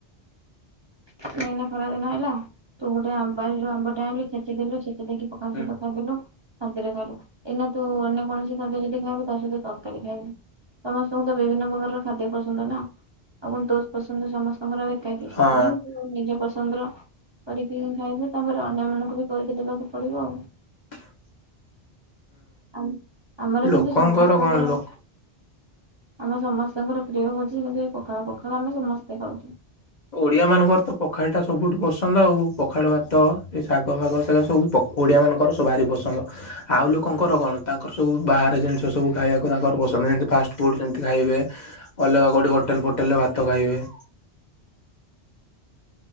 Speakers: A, on the right; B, on the left.
A: ଏଇନା ଖରା ଦିନ ଆଇଲା ତୁ ଗୋଟେ ଆମ୍ୱ ଯୋ ଆମ୍ବଟେ ଆଣିଲି ଖେଚିଦେଲୁ <unintelligible>
B: ହୁଁ।
A: ଏଇନା ତୁ ଅନ୍ୟ କୌଣସି ଖାଦ୍ୟ ଯଦି ଖାଇବୁ ତା ସହିତ ତରକାରୀ ଖାଇବୁ। ସମସ୍ତଙ୍କୁ ତ ବିଭିନ୍ନ ପ୍ରକାରର ଖାଦ୍ୟ ପସନ୍ଦ ନା ଆଉ କଣ ତୋ ପସନ୍ଦ ସମ <unintelligible> ଏକାକି ସେଥିପାଇଁ
B: ହଁ
A: ନିଜ ପସନ୍ଦର କରିକି ଖାଇବୁ। ତାପରେ ଅନ୍ୟ ମାନଙ୍କୁ ବି କରିକି ଦେବାକୁ ପଡିବ ଆଉ।
B: <unintelligible>
A: ଆ ଆମର
B: ଲୋକଙ୍କର
A: କିନ୍ତୁ ସମସ୍ତଙ୍କର
B: କଣ ଲୋ
A: ଆମେ ସମସ୍ତଙ୍କର ପ୍ରିୟ ହଉଚି କିମିତି ଏ ପଖାଳ ପଖାଳ ଆମେ ସମସ୍ତେ ଖାଉ।
B: ଓଡିଆ ମାନଙ୍କର ତ ପଖାଳ ଟା ସବୁଠୁ ପସନ୍ଦ ଆଉ। ପଖାଳ ଭାତ, ଶାଗ ଫାଗ ସେରି ସବୁ ତ ଓଡ଼ିଆ ମାନଙ୍କର ସବୁ ଭାରି ପସନ୍ଦ। ଆଉ ଲୋକଙ୍କର କଣ ତାଙ୍କର ସବୁ ବାହାରେ ଜିନିଷ ସବୁ ଖାଇବାକୁ ତାଙ୍କର ପସନ୍ଦ, ଯେମିତି ଫାଷ୍ଟଫୁଡ ଯେମିତି ଖାଇବେ। ଅଲଗା କୋଉଠି ହୋଟେଲ ହୋଟେଲ ରେ ଭାତ ଫାତ ଖାଇବେ।